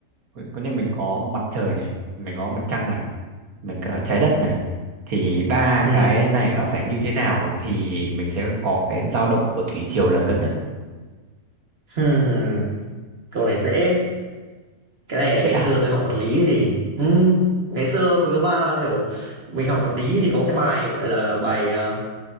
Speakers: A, on the right; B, on the right.
A: có có nghĩa mình có mặt trời này mình có mặt trăng này mình có trái đất này thì ba
B: Ừm,
A: cái này nó phải như thế nào thì mình sẽ có cái dao động của thủy triều là lớn nhất
B: hừm, câu này dễ. Cái này
A: dễ
B: ngày
A: à
B: xưa tôi học vật lý thì ừm, ngày xưa hồi cấp 3 kiểu, mình học vật lý thì có cái bài, gọi là, bài, ờ,